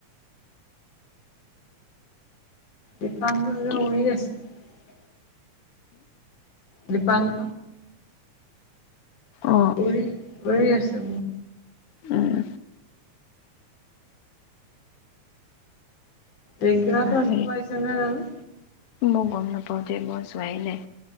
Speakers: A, on the left (about 85°); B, on the left (about 55°).
A: বিপাংক যে
B: কি
A: উৰি এ আছে। দীপাংক
B: অ
A: উৰি আছে।
B: উম
A: নেংকি <unintelligible> কষ্ট্
B: হেৰি
A: পাইচনে বাৰু।
B: মই গম নাপাওদে মই যোৱাই নাই,